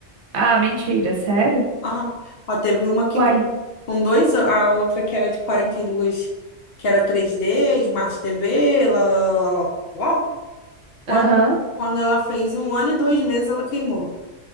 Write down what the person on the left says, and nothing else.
Ah, ó, teve uma que
com dois, an- a outra que era de 42 que era 3D, Smart TV, lá, lá, lá, lá. lá. Quando,
quando ela fez um ano e dois meses, ela queimou.